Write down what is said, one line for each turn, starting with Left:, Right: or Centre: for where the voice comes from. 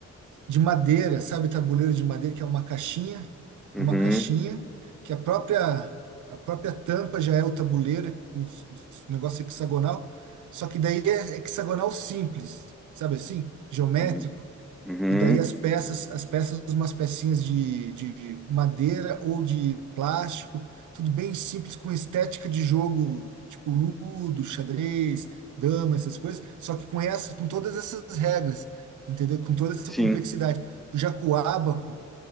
Right: de madeira, sabe, tabuleiro de madeira, que é uma caixinha,
Centre: uhum,
Right: uma caixinha, que a própria a própria tampa já é o tabuleiro, com os- os negócio hexagonal, só que daí é hexagonal simples, sabe assim, geométrico.
Centre: uhum, uhum,
Right: E daí as peças, as peças, umas pecinhas de, de madeira ou de plástico, tudo bem simples, com estética de jogo, tipo ludo, xadrez, dama, essas coisas, só que com essas, com todas essas regras, entendeu? Com toda essa
Centre: sim,
Right: complexidade. Já com o ábaco,